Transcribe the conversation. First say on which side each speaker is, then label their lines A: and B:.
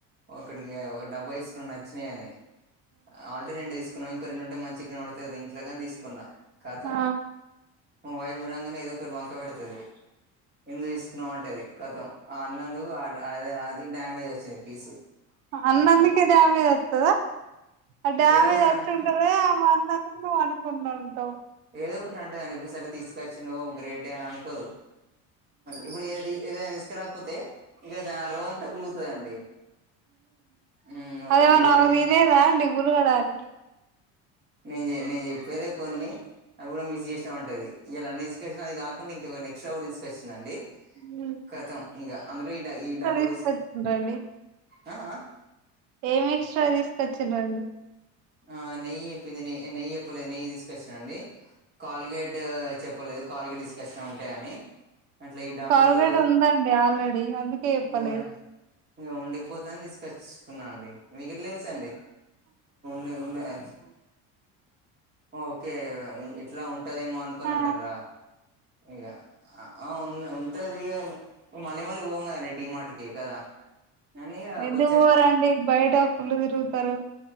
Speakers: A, on the right; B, on the right.
A: ఒకడికి ఒక డబ్బా తీసుకున్న నచ్చినాయి అని ఆల్రెడీ రెండు తీసుకున్నాం ఇంకో రెండుంటే మంచి కనబడతుంది కదా ఇంట్లో కాని తీసుకున్నా ఖతం
B: ఆ
A: మా వైఫ్ చూడంగానే ఏదోకటి వంక పెడతది ఎందు తీసుకున్నావ్ అన్ అంటది కతం ఆ అన్నందుకు అ అది డ్యామేజ్ వచ్చింది పీసు
B: అన్నందుకే
A: కతం
B: డ్యామేజ్ వత్తదా డ్యామేజ్
A: ఏదో ఒకటి
B: వచ్చి
A: అంట
B: ఉంటదా ఆమె అన్నందుకు నువ్వు అనుకుండా ఉంటవ్
A: ఏదో ఒకటి అంటదండి ఇప్పుడు సరే తీసుకొచ్చినవ్ గ్రేట్ యే అనుకోదు ఇప్పుడు ఏదైనా తీసుకరాకపోతే ఇంక తను ఆరోజంతా కులుకుతాదండి ఊ అవు
B: అదేమన్నా
A: నేను చెప్పేది
B: ఆమె
A: వినే
B: తినేదా అండి గులగడానికి
A: నేన్ నేన్ చెప్పేదే కొన్ని అది కూడా మిస్ చేసినావంటది ఈయాల అన్ని తీసుకొచ్చిన అది కాకుండా ఇంక ఎక్స్ట్రా కూడా తీసుకొచ్చిన అండి
B: ఊ
A: కతం ఇంగ అందులో ఈ డబుల్
B: తీసుకొచ్చిండ్రండి
A: డిస్ ఆ ఆ
B: ఏం ఎక్స్ట్రా తీసుకొచ్చిరుఆళ్ళు
A: ఆ నెయ్యి చెప్పింది నెయి నెయ్యి ఎప్పలేదు నెయ్యి తీసుకొచ్చినాండి కాల్గేట్ చెప్పలేదు కాల్గేట్ తీసుకొచ్చినా ఉంటాయని అట్లా ఈ డబ్బలు
B: కాల్గేట్ ఉందండి ఆల్రెడీ అందుకే చెప్పలేదు
A: ఏమ్ ఉండిపోతాయని తీసుకొచ్చుకున్నా అండి మీకేట్లా తెలుసండి నీకున్నాయ్ ఓకే ఇట్లా ఉంటదేమో అనుకోని
B: ఆ
A: అంటారా ఇగ ఆ ఉన్ ఉంటది మళ్ళీ మళ్ళీ పోము కదా రెడిమార్ట్కి కదా కానీ
B: ఎందుకు
A: కొంచెం
B: పోరండి బయట ఫుల్లుగా తిరుగుతరు